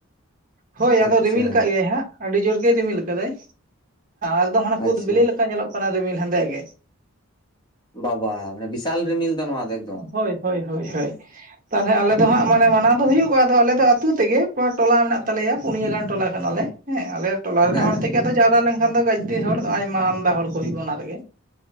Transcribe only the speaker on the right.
ᱦᱳᱭ ᱟᱫᱚ
ᱨᱤᱢᱤᱞ ᱠᱟᱜ ᱜᱮᱭᱟᱭ ᱦᱟᱸᱜ। ᱟᱹᱰᱤ ᱡᱳᱨ ᱜᱮᱭ ᱨᱤᱢᱤᱞ ᱠᱟᱫᱟᱭ ᱮᱠᱫᱚᱢ ᱦᱟᱱᱮ ᱠᱩᱫ
ᱵᱤᱞᱤ ᱞᱮᱠᱟ ᱧᱮᱞᱚᱜ ᱠᱟᱱᱟ ᱨᱤᱢᱤᱞ ᱦᱮᱸᱫᱮ ᱜᱮ।
ᱦᱳᱭ ᱦᱳᱭ ᱦᱳᱭ
ᱦᱳᱭ। ᱛᱟᱦᱚᱞᱮ ᱟᱞᱮ ᱫᱚ ᱦᱟᱸᱜ ᱢᱟᱱᱮ ᱢᱟᱱᱟᱣ ᱫᱚ ᱦᱩᱭᱩᱜᱼᱟ ᱟᱫᱚ ᱟᱞᱮ ᱫᱚ ᱟᱹᱛᱩ ᱛᱮᱜᱮ ᱴᱚᱞᱟ ᱢᱮᱱᱟᱜ ᱛᱟᱞᱮᱭᱟ ᱯᱩᱱᱭᱟ ᱜᱟᱱ ᱴᱚᱞᱟ ᱠᱟᱱᱟᱞᱮ। ᱦᱮᱸ ᱟᱞᱮ ᱴᱚᱞᱟ ᱨᱮᱱ
ᱦᱚᱲ ᱛᱮᱜᱮ ᱟᱫᱚ ᱡᱟᱣᱨᱟ ᱞᱮᱱᱠᱷᱟᱱ ᱫᱚ ᱜᱟᱡᱽᱫᱮ ᱦᱚᱲ ᱫᱚ ᱟᱭᱢᱟ ᱟᱢᱫᱟ ᱦᱚᱲ ᱠᱚ ᱦᱩᱭᱩᱜᱼᱟ ᱚᱱᱟ ᱨᱮᱜᱮ।